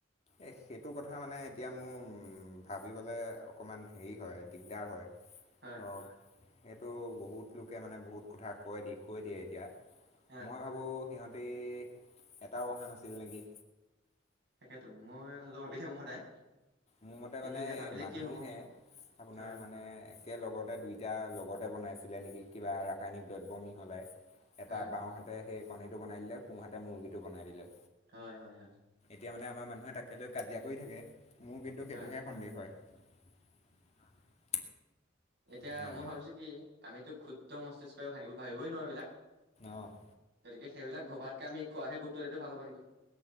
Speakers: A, on the left; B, on the right.
A: এ সেইটো কথা মানে এতিয়া মোৰ উ ভাবিবলে অকমান হেৰি হয় দিগদাৰ হয়।
B: হয়
A: ধৰক সেইটো বহুত লোকে মানে বহুত কথা কৈ দি কৈ দিয়ে এতিয়া
B: হয়
A: মই ভাবো সিহঁত। এটাও অহা নাছিল নেকি?
B: তাকেইটো মই সেতু ভাবি থাকো সদায়।
A: মোৰ মতে
B: কিন্তু
A: মানে
B: এতিয়া ভাবিলে
A: এই মানুহহে
B: কি হ'ব
A: আপোনাৰ
B: হয়
A: মানে একে লগতে দুই এতিয়া লগতে বনাইছিলে নেকি কিবা ৰাসায়নিক দ্ৰব্য মিহলাই এটা
B: হয়,
A: বাওঁহাতে সেই। কণী বনাই দিলে কোঁহাতে মুৰ্গীটো বনাই দিলে।
B: হয়, হয়, হয়।
A: এতিয়া মানে আমাৰ মানুহে তে লৈ কাজিয়া কৰি থাকে। মোৰ কিন্তু
B: হয়,
A: সেইটোহে সন্দেহ হয়।
B: এতিয়া
A: সেয়াই
B: মই ভাবিছো কি আমিতো ক্ষুদ্ৰ মস্তিষ্ক ভাগিব ভাবিবই নোৱাৰো এই বিলাক
A: অ'।
B: গতিকে সেইবিলাক ভবাতকে আমি খোৱাহে গুৰুত্ব দিয়াটো ভাল হব নেকি <inaudible>